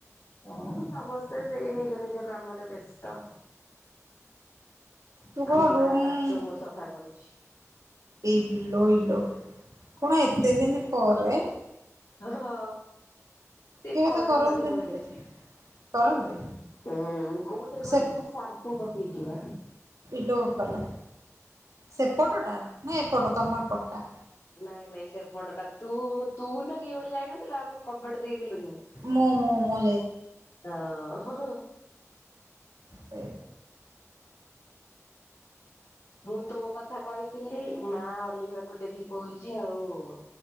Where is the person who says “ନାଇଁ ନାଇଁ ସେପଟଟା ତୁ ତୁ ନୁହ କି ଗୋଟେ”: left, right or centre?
Left